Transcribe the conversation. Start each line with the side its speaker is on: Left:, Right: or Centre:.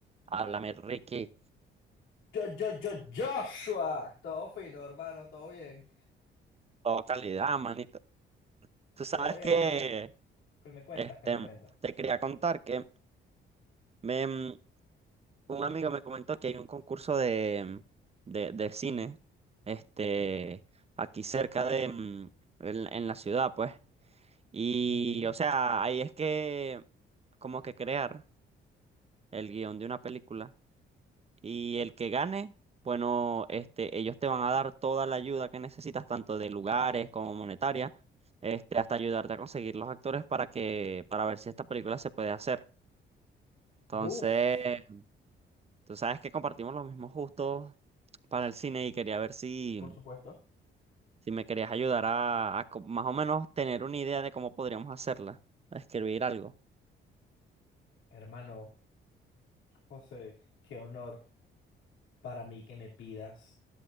Right: Háblame, Ricky.
Left: Yo, yo, yo, Joshua. Todo fino, hermano, todo bien.
Right: Todo calidad, manito. Tú sabes
Left: Todo bien,
Right: que,
Left: todo bien. ¿Qué me cuentas?
Right: este,
Left: ¿Qué me cuentas?
Right: te quería contar que me, mm, un amigo me comentó que hay un concurso de, de, de cine, este, aquí cerca de, mm, en, en la ciudad, pues. Y,
Left: Ujú.
Right: o sea, ahí es que, como que crear el guión de una película. Y el que gane, bueno, este, ellos te van a dar toda la ayuda que necesitas, tanto de lugares como monetaria, este, hasta ayudarte a conseguir los actores para que, para ver si esta película se puede hacer. Entonces,
Left: Buf,
Right: tú sabes que compartimos los mismos gustos para el cine y quería ver si,
Left: por supuesto.
Right: si me querías ayudar a, a co- más o menos tener una idea de cómo podríamos hacerla, a escribir algo.
Left: Hermano, José, qué honor para mí que me pidas